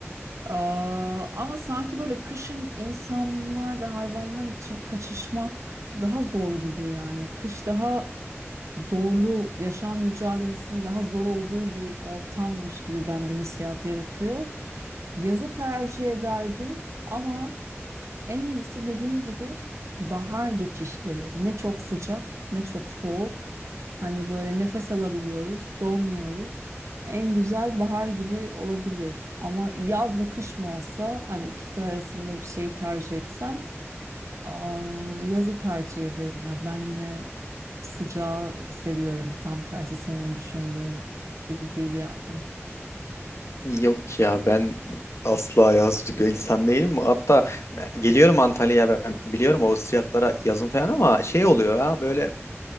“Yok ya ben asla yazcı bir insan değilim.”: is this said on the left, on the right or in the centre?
Left